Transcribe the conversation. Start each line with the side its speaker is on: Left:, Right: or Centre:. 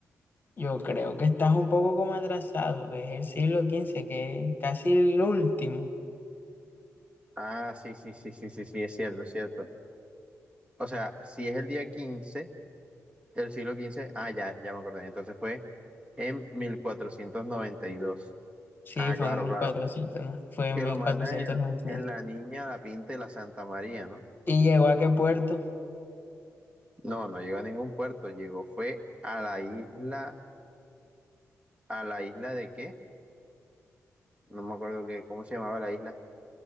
Left: Yo creo que estás un poco como atrasado. Es el siglo quince, que es casi el último.
Right: Ah, sí, sí, sí, sí, sí, sí, es cierto, es cierto. O sea, si es el día 15. El siglo XV, ah, ya, ya me acordé. Entonces fue en mil cuatrocientos noventa y dos
Left: Sí,
Right: Ah,
Left: fue
Right: claro,
Left: en 1400,
Right: claro.
Left: ¿no? Fue en
Right: Que
Left: 1492.
Right: lo mandan en, en la Niña, la Pinta y la Santa María, ¿no?
Left: ¿Y llegó a qué puerto?
Right: No, no llegó a ningún puerto. Llegó, fue a la isla, ¿a la isla de qué? No me acuerdo qué, cómo se llamaba la isla.